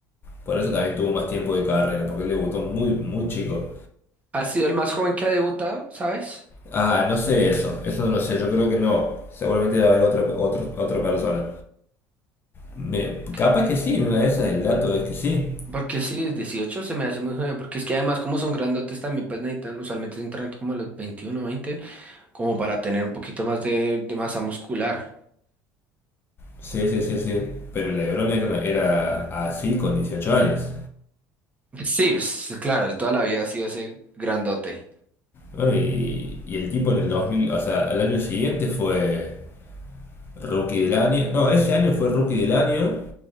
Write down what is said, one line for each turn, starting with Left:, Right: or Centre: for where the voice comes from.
Left: Por eso también tuvo más tiempo de carrera, porque él debutó muy, muy chico.
Right: Ha sido el más joven que ha debutado, ¿sabes?
Left: Ah, no sé eso, eso no lo sé, yo creo que no. Seguramente va a haber otra, otra, otra persona. Me-
Right: Que,
Left: capaz que sí, una de esas el dato es que sí.
Right: porque sí, es 18 se me hace muy joven, porque es que además como son grandotes también, pues necesitan, usualmente se entran como a los 21, 20, como para tener un poquito más de, de masa muscular.
Left: Sí, sí, sí, sí. Pero LeBron era, una- era así con 18 años.
Right: Sí, pues, sí, claro, él toda la vida ha sido ese grandote.
Left: Bueno, y, y el tipo en el 2000, o sea, al año siguiente fue rookie del año. No, ese año fue rookie del año